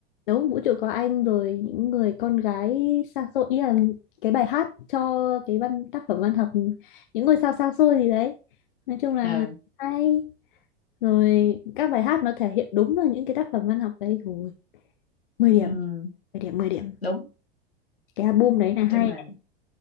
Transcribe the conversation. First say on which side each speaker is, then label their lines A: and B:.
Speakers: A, on the left; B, on the left.
A: đúng vũ trụ có anh rồi những người con gái xa xôi ý là cái bài hát cho cái văn tác phẩm văn học những ngôi sao xa xôi gì đấy nói chung là
B: ờ
A: hay rồi các bài hát nó thể hiện đúng là những cái tác phẩm văn học đấy thôi mười điểm
B: ừ,
A: 10 điểm 10 điểm
B: đúng
A: cái album đấy là
B: nói
A: hay
B: chung là
A: này.